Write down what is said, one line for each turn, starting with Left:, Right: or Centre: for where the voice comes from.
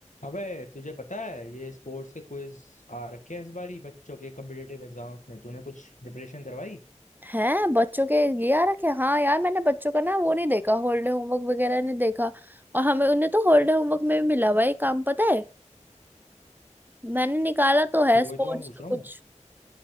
Left: अबे तुझे पता है ये स्पोर्ट्स के क्विज आ रखे हैं इस बारी बच्चों के कम्पिटेटिव एग्जाम्स में तूने कुछ प्रिपरेशन करवाई
Right: है बच्चों के ये आ रखे हाँ यार मैंने बच्चों का ना वो नहीं देखा हॉलीडे होमवर्क वगैरह नहीं देखा और हमें उन्हें तो हॉलीडे होमवर्क में भी मिला हुआ है ये काम पता है मैंने निकाला तो है
Left: तो
Right: स्पोर्ट्स
Left: वही तो मैं पूछ
Right: का
Left: रहा
Right: कुछ
Left: हूँ